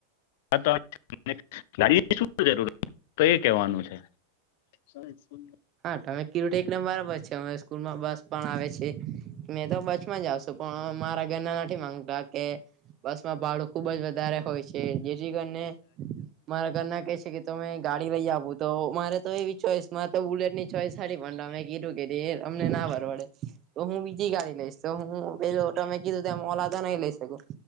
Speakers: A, on the left; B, on the right.
A: હા તો ગાડીની શું જરૂર તો એ કવાનું છે <unintelligible>
B: હામે કિરટ એકલેમ બરાબર છે અ સ્કૂલ માં બસ પણ આવે છે મેં તો બસમાં જાવશું પણ મારા ઘરના નથી માંગતા કે બસ માં ભાડું ખુબ જ વધારે હોય છે જેથી કરીને મારા ઘરના કે છે કે તમે ગાડી લઈ આવો તો મારે તો એવી ચોઈસ માં તો બુલેટ ની ચોઈસ સાડી પણ અમે કીધું કેીધ એ અમને ના ફર પડે તો હું બીજી ગાડી લઈશ તો હું પે ત મેં કીધું ત મોલા તો નહી લઈ શકું